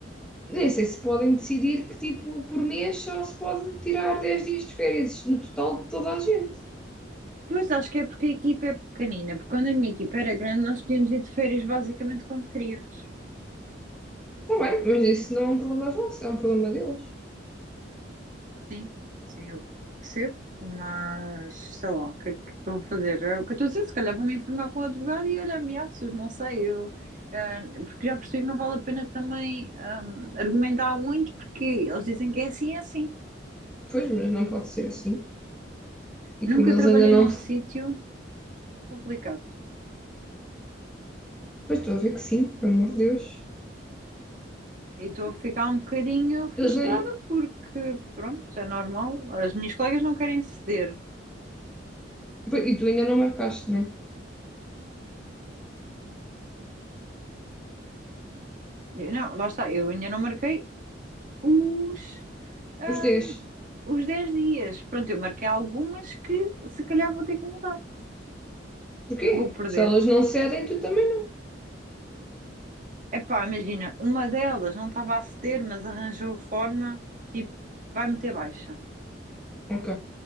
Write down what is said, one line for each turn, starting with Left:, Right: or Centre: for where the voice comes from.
Centre: nem sei se podem decidir que, tipo, por mês só se pode tirar 10 dias de férias no total de toda a gente.
Right: Pois acho que é porque a equipa é pequenina, porque quando a minha equipa era grande nós podíamos ir de férias basicamente quando queríamos.
Centre: Está bem, mas isso não é um problema vosso, é um problema deles.
Right: Sim, sim, eu percebo, mas sei lá, o que, é que é que eu vou fazer? É o que eu estou a dizer, se calhar vou-me informar com o advogado e olha, ameaças, não sei, eu, eh, porque já percebi que não vale a pena também hum, argumentar muito, porque eles dizem que é assim, é assim.
Centre: Pois, mas não pode ser assim. E
Right: Nunca
Centre: como eles
Right: trabalhei
Centre: ainda não.
Right: num sítio complicado
Centre: Pois estou a ver que sim, por amor de Deus.
Right: e estou a ficar um bocadinho frustrada
Centre: Eles nem,
Right: porque, pronto, é normal, as minhas colegas não querem ceder.
Centre: Pois, E tu ainda não marcaste, né?
Right: É. Não, lá está, eu ainda não marquei os. hum,
Centre: Os 10.
Right: os 10 dias. Pronto, eu marquei algumas que se calhar vou ter que mudar,
Centre: Porquê?
Right: que vou perder.
Centre: Se elas não cedem, tu também
Right: Epá, imagina, uma delas não estava a ceder, mas arranjou forma, tipo, vai meter baixa,
Centre: não. Ok.